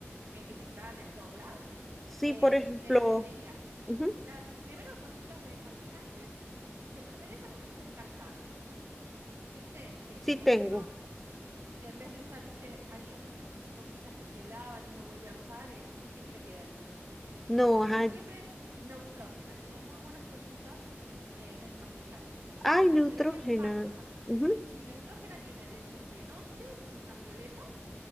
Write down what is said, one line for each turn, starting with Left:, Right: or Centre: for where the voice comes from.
Right: me- y que están en todos lados.
Centre: sí,
Right: Eh,
Centre: por ejemplo,
Right: mira, yo te diría,
Centre: ujú,
Right: las primero toallitas de maquillantes, de preferencia porque son descartables. Viste que
Centre: sí
Right: como
Centre: tengo.
Right: que uno, en vez de usar, viste, hay algunas esponjitas que se lavan y uno vuelve a usar, en eso siempre queda algún residuo.
Centre: No,
Right: Entonces,
Centre: ajá,
Right: siempre neutrógena, tiene muy buenas toallitas eh, desmaquillantes.
Centre: ay, Neutrogena.
Right: Pero ¿qué pasa?
Centre: ujú,
Right: Sí, neutrógena tiene, de hecho, de noche, que son unas violetas,